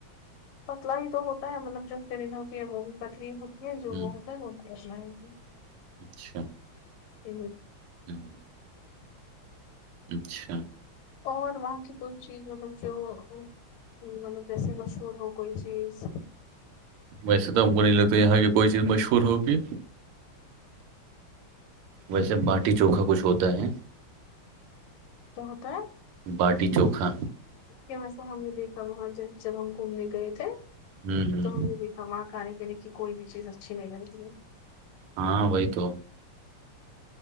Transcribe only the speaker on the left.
پتلا ہی تو ہوتا ہے مطلب جو فرین ہوتی ہے وہ بھی پتلی ہوتی ہے جو
وہ ہوتا ہے وہ بھی پتلا ہے
ہ
اور وہاں کی کوئی چیز مطلب جو مطلب جیسے مشہور ہو کوئی چیز
کیا ہوتا ہے
ھیک ہے ویسے ہم نے دیکھا وہاں ج جب ہم گھومنے گئے تھے
تو ہم نے دیکھ ہماں کھانے پینے کی کوئی بھی چیز اچھی نہیں رہتی